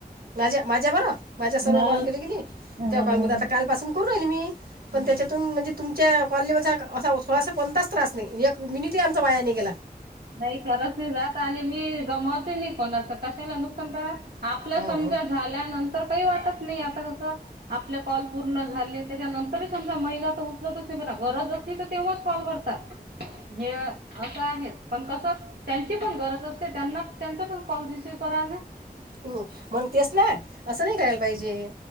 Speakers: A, on the right; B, on the right.
A: माझ्या माझ्या बरं माझ्या सर्व
B: हो
A: कॉल केले गेली
B: हा
A: त्या कॉल मध्ये आता काल पासून करून राईल मी.
B: हा
A: त्याच्यातून म्हणजे तु. च्या कॉलनी म असा थोडासा कोणताच त्रास नाही एक मिनिट आमचा वायाने गेला..
B: नाही खरंच नाही जात आणि मी गमवते नाही कोणाचं कशाला नुकसान करा.. आपल्या
A: हं.
B: समजा झाल्यानंतर काही वाटत नाही आता कसं. आपले कॉल पूर्ण झाले त्याच्यानंतरच. समजा महिला तर उचलतच नाही ब गरज असली तर तेव्हाच कॉल करतात. हे असं आहे. पण कसं त्यांची पण गरज असते त्यां त्यांचा पण कॉल रिसिव्ह करा ना.
A: हम् मग तेस ना असं नाही करायला पाहिजे.